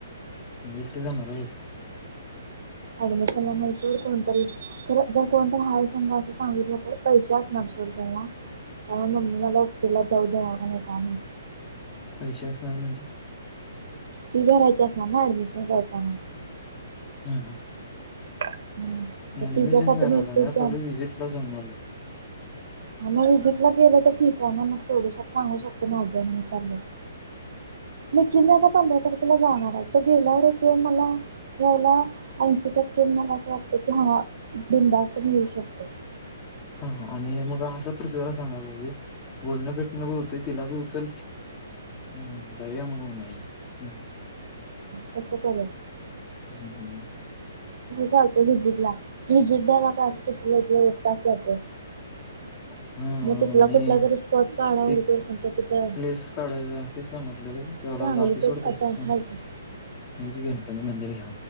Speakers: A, on the left; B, on the right.
A: मग एकटी जाणार हाईस?
B: ऍडमिशनला नाही सोड कोणतरी यील. खर जर कोणतय हाय संघ असं सांगितलं तर पैसे असणार सोड त्यांना. त्यामुळे मम्मी मला एकटीलावर जाऊ देणार का नाही काय माहित.
A: पैसे असणार म्हणजे?
B: फी भरायची असणार ना ऍडमिशन करताना.
A: हम्म, हम्म.
B: हम्म आता
A: अऍडमिशन
B: तिच्यासाठी
A: कराला
B: मी एकटीच
A: नाय पण विजिटला जाऊन आलोय.
B: हा मग विजिटला गेलं तर ठीक आहे. मग सोडू शक सांगू शकतोय ना <unintelligible> आणि मी चाललोय. नई किल्या तर पंधरा तारखेला जाणार आहे. तो गेल्यावर एक वेळ मला यायला ऐंशी टक्के मग असं वाटतं हा बिंदास्त घेऊ शकतो.
A: <inaudible> हा आणि मग असं पृथ्वीला सांगायला पाहिजे. बोलणं भेटणं बी होतंय तिला बी उचल हम्म जाऊया मग म्हणायचं, हम्म.
B: तसं करूया.
A: हम्म, हम्म, हम्म.
B: चालतंय विजिटला. विजिट द्यायला काय असं लई तर लई एक तास जातोय.
A: <inaudible> हा
B: मग तिथला
A: आणि
B: कुठला तरी स्पॉट काढा हुडकून
A: ते
B: आणि तो तिथं
A: प्लेस काढायचा ते सांगितलोय. तेव्हाला
B: सांगलीत
A: जातोय
B: एक
A: सोड ते.
B: आता
A: हय
B: हाय
A: ना
B: की
A: <unintelligible> गणपती मंदिर ह